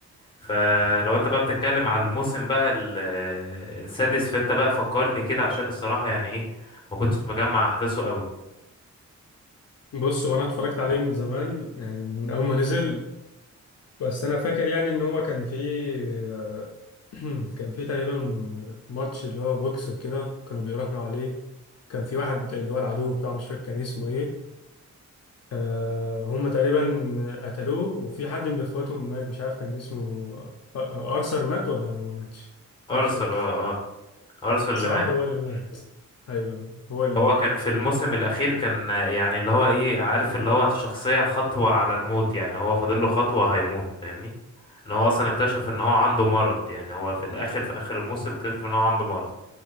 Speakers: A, on the left; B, on the left.
A: فلو انت بقى بتتكلم على الموسم بقى ال- آه، السادس فانت بقى فكرني كده عشان الصراحة يعني ايه ما كنتش مجمع احداثه قوي
B: بص هو انا اتفرجت عليه من زمان يعني من اول ما نزل بس انا فاكر يعني ان هو كان فيه آه، <clears throat> كان فيه تقريبا ماتش اللي هو بوكس وكده كانوا بيراهنوا عليه كان في واحد اللي هو العدو بتاعه مش فاكر كان اسمه ايه آه هم تقريبا قتلوه وفي حد من اخواتهم مات مش عارف كان اسمه آه، ارثر مات ولا ما ماتش مش
A: ارسل
B: فاكر
A: اه آه. ارسنال
B: صح
A: اللي مات
B: هو اللي مات
A: مم.
B: ايوه هو اللي
A: هو
B: مات
A: كان في الموسم الاخير كان يعني اللي هو ايه عارف اللي هو الشخصيه خطوه على الموت يعني هو فاضل له خطوه هيموت فاهمني ان هو اصلا اكتشف ان هو عنده مرض يعني هو في الاخر في اخر الموسم اكتشف ان هو عنده مرض